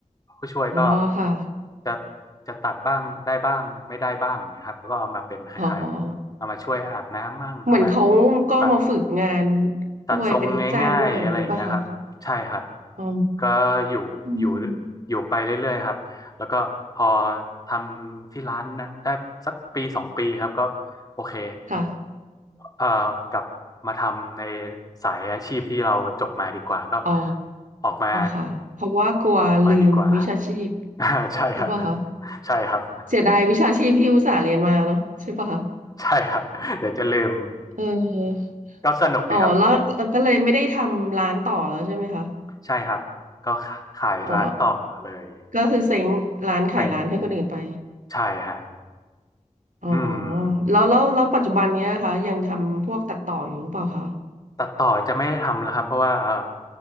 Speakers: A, on the left; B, on the right.
A: ผู้ช่วยก็
B: อ๋อค่ะ
A: จะจะตัดบ้างได้บ้างไม่ได้บ้างเนี่ยครับแล้วก็เอามาเป็นคล้ายๆเอามาช่วยอาบน้ำมั่งเอามา
B: อ๋อ เหมือนเขาก็มาฝึกงาน
A: ตัด ตัดทรงง่ายๆอะไรอย่างเงี้ยครับใช่ครับ
B: ด้วยเป็นลูกจ้างด้วยอย่างนี้ป่ะคะอ๋อ
A: ก็อยู่อยู่
B: อืม
A: อยู่ไปเรื่อยๆครับแล้วก็พอทำที่ร้านนะได้สักปีสองปีครับก็โอเค
B: ค่ะ
A: เอ่อกลับมาทำในสายอาชีพที่เราจบมาดีกว่าก็
B: อ๋อ
A: ออกมา
B: ค่ะเพราะว่ากลัวลืมวิชาชีพ
A: ออกมาดีกว่า <laughs> อ่าใช่ครับ
B: หรือเปล่าคะ
A: ใช่ครับ
B: เสียดายวิชาชีพที่อุตส่าห์เรียนมาเนาะใช่ป่ะคะ
A: ใช่ครับเดี๋ยวจะลืม
B: เออ
A: ก็สนุกดีครับ
B: อ๋อแล้วแล้วก็เลยไม่ได้ทำร้านต่อแล้วใช่ไหมคะ
A: ใช่ครับก็ขายร้านต่อเลย
B: อ๋อก็คือเซ้งร้านขายร้านให้คนอื่นไป
A: แต่งใช่ฮะ
B: อ๋อ
A: อืม
B: แล้วแล้วแล้วปัจจุบันเนี้ยคะยังทำพวกตัดต่ออยู่หรือเปล่าคะ
A: ตัดต่อจะไม่ได้ทำแล้วครับเพราะว่าเอ่อ